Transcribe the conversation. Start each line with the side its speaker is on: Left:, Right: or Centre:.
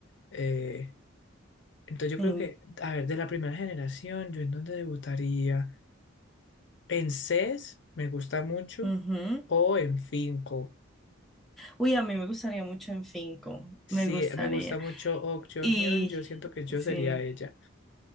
Left: Eh, entonces yo
Centre: En-
Left: creo que, a ver, de la primera generación, yo en dónde debutaría. En CES me gusta mucho
Centre: ujú.
Left: o en Finco.
Centre: Uy, a mí me gustaría mucho en Finco,
Left: sí
Centre: me gustaría.
Left: me gusta mucho Ok
Centre: Y
Left: Hyun, yo siento que yo
Centre: sí.
Left: sería ella.